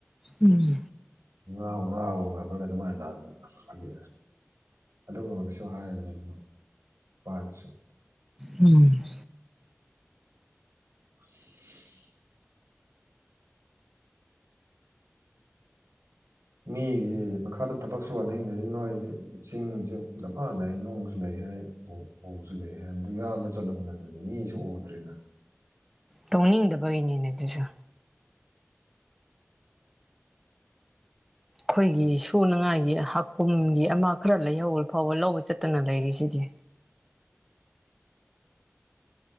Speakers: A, in the centre; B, on the right (about 85°).
A: ꯎꯝ
B: ꯉꯥꯎ ꯉꯥꯎ ꯉꯥꯈꯠꯂ ꯑꯗꯨꯃꯥꯏꯅ ꯂꯥꯛꯄꯒꯤ ꯑꯗꯨꯒꯨꯡꯕ ꯗꯨꯁꯨ ꯍꯥꯏꯒꯅꯨꯗꯅ ꯅꯨꯄꯥꯗꯁꯨ
A: ꯎꯝ
B: <inaudible> ꯃꯤꯒꯤ ꯃꯈꯥꯗ ꯊꯕꯛ ꯁꯨꯍꯟꯅꯤꯡꯗ꯭ꯔꯗꯤ ꯅꯣꯏꯗꯤ ꯆꯤꯡꯖꯦ ꯗꯃꯥ ꯂꯩ ꯅꯨꯡ ꯁꯨ ꯂꯩ ꯍꯥꯏ ꯎꯁꯨ ꯂꯩ ꯍꯥꯏ ꯑꯥꯗ ꯆꯠꯂꯒ ꯂꯩꯔꯗꯤ ꯃꯤꯁꯨ ꯎꯗ꯭ꯔꯦꯅ
A: ꯇꯧꯅꯤꯡꯗꯕꯒꯤꯅꯤꯅꯦ ꯑꯗꯨꯁꯨ ꯑꯩꯈꯣꯏꯒꯤ ꯁꯨꯅꯉꯥꯏꯒꯤ ꯍꯥꯀꯨꯝꯒꯤ ꯑꯃ ꯈꯔ ꯂꯩꯍꯧꯔ ꯐꯧꯕ ꯂꯧꯕ ꯆꯠꯇꯅ ꯂꯩꯔꯤꯁꯤꯗꯤ